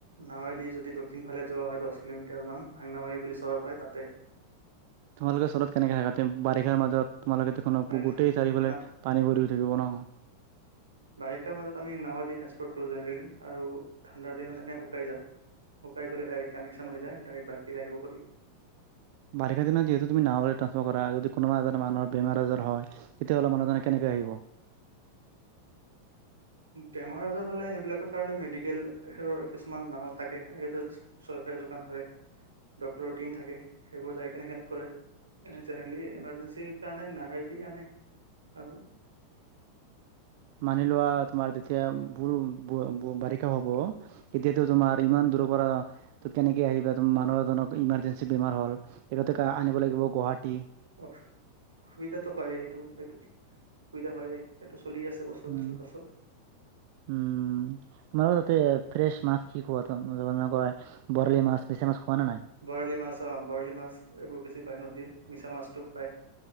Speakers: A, on the right; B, on the right.
A: নাৱেদি যদি দক্ষিণ ফালে যোৱা হয়, দশ কিলোমিটাৰ মান ভাংনামাৰি বুলি চহৰ পায় তাতে।
B: তোমালোকে চহৰত কেনেকে থাকা? তে বাৰিষাৰ মাজত তোমালোকে দেখোন
A: পাৰি
B: গোটেই চাৰিফালে পানী ভৰি থাকিব ন।
A: বাৰিষাৰ মাজত আমি নাওৱেদি ট্ৰেসফৰ্ট কৰো জেনেৰেলি আৰু ঠাণ্ডাৰ দিনত এনে শুকাই যায়। শুকাই গ'লে ডাইৰেক্ট কানেকশ্বন হৈ যায়। ডাইৰেক্ট বাইকেৰে আহিব পাৰি।
B: বাৰিষা দিনত যিহেতু তুমি নাৱলৈ ট্ৰান্সফাৰ কৰা, যদি কোনোবা এজন মানুহ বেমাৰ আজাৰ হয়। তেতিয়াহ'লে মানুহজনে কেনেকে আহিব?
A: বেমাৰ আজাৰ হ'লে সেইবিলাকৰ কাৰণে মেডিকেলৰ কিছুমান নাওঁ থাকে। সেইহতে চৰকাৰে যোগান ধৰে। ডক্টৰৰ টিম থাকে, সেইবোৰ যাই কেনে হেল্প কৰে। এনে জেনেৰলি ইমাৰ্জেঞ্চি সেইকাৰণে নাৱেদি আনে আৰু
B: মানি লোৱা তোমাৰ তেতিয়া বহু ব ব বাৰিষা হ'ব। এতিয়াতো তোমাৰ ইমান দূৰৰ পৰা ত কেনেকে আহিবা? ত মানুহ এজনক ইমাৰ্জেঞ্চি বেমাৰ হ'ল। তেখেতকে আনিব লাগিব গুৱাহাটী।
A: অ, সুবিধাটো হয় এইটো, এইটো সুবিধা হয়েই, এইটো চলি আছে। এবছৰ
B: উম
A: পিছত বাছত
B: উম! তোমালোকৰ তাতে ফ্ৰেছ মাছ কি খোৱা? বৰালি মাছ, মিছা মাছ খোৱা নে নাই?
A: বৰালি মাছ অ, বৰালি মাছ এইবোৰ বেছি পায় নদীৰ। মিছা মাছটো পায়।